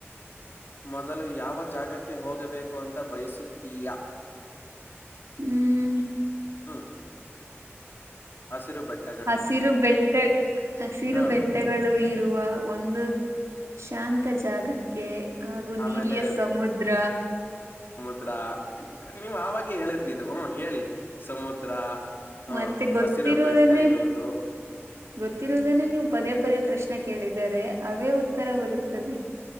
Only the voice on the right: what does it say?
ಹ್ಮ್
ಹಸಿರು ಬೆಟ್ಟ ಹಸಿರು
ಬೆಟ್ಟ ತಟ್ಟೆಗಳು ಇರುವ ಒಂದು ಶಾಂತ ಜಾಗಕ್ಕೆ ಹಾಗು
ನೀಲಿಯ ಸಮುದ್ರ
ಮತ್ತೆ ಗೊತ್ತಿರುವುದನ್ನೇ
ಗೊತ್ತಿರುವುದನ್ನೇ ನೀವು ಪದೇ ಪದೇ ಪ್ರಶ್ನೆ ಕೇಳಿದರೆ ಅವೇ ಉತ್ತರ ಬರುತ್ತದೆ